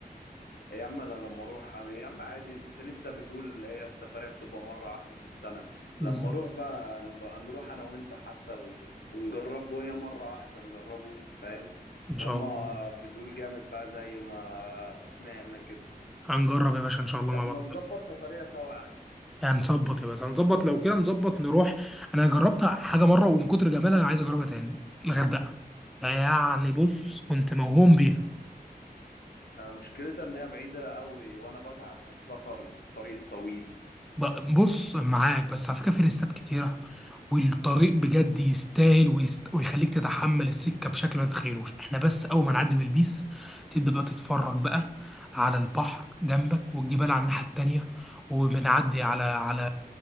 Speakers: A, on the left; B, in the centre.
A: إيه يا عم انا لما اروح يا عم عادي انت لسه بتقول هي السفريه بتبقى مره واحده في السنه
B: بالظبط
A: لما اروح بقى نبقى نروح انا وانت حتى و... ونجربه هي مره واحده نجربه فاهم
B: ان
A: طالما
B: شاء الله
A: بتقول جامد بقى زي ما سمعنا كده
B: هنجرب يا باشا ان شاء الله
A: طب
B: مع
A: ما
B: بعض
A: نظبط سفريه سوا يا احمد.
B: يعني هنظبط يا باشا هنظبط لو كده نظبط نروح انا جربت حاجه مره ومن كتر جمالها انا عايز اجربها تاني الغردقه يعني بص كنت موهوم بيها
A: انا مشكلتها ان هي بعيده قوي وانا بتعب في السفر في الطريق الطويل
B: ب- بص معاك بس على فكره في ليستات كتيره والطريق بجد يستاهل ويست... ويخليك تتحمل السكه بشكل ما تتخيلوش احنا بس اول ما نعدي بالبيس تبدا بقى تتفرج بقى على البحر جنبك والجبال على الناحيه التانيه وبنعدي على على